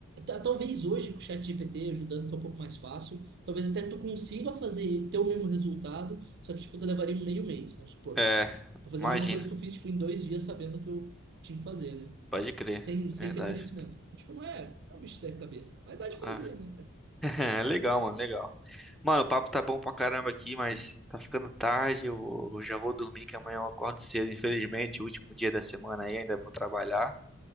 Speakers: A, on the right; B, in the centre.
A: "Ta- talvez hoje com o chat GPT ajudando que é um pouco mais fácil, talvez até tu consiga fazer ter o mesmo resultado, só que tipo tu levaria um meio mês, vamos supor,
B: É,
A: para fazer
B: imagino.
A: a mesma coisa que eu fiz tipo em dois dias sabendo o que eu tinha que fazer, né?
B: Pode crer,
A: sem, sem
B: é verdade.
A: ter conhecimento. Tipo, não é, é um bicho de sete cabeças. Mas dá de
B: Ah.
A: fazer, né, cara?
B: <laughs> Legal, mano, legal. Mano, o papo tá bom pra caramba aqui, mas tá ficando tarde. Eu eu já vou dormir, que amanhã eu acordo cedo. Infelizmente, último dia da semana aí, ainda vou trabalhar.